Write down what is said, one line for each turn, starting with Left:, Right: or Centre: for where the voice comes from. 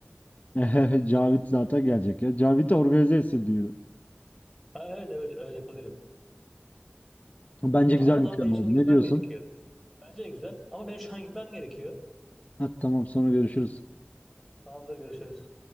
Left: <laughs> Cavit zaten gelecek ya. Cavit'i organize etsin diyor.
Centre: Ha, evet öyle, öyle yapabilirim.
Left: Bence
Centre: E, tamam
Left: güzel
Centre: o zaman
Left: bir plan
Centre: benim
Left: oldu.
Centre: şimdi gitmem
Left: Ne diyorsun?
Centre: gerekiyor. Bence de güzel ama benim şu an gitmem gerekiyor.
Left: Ha, tamam sonra görüşürüz.
Centre: Tamamdır görüşürüz.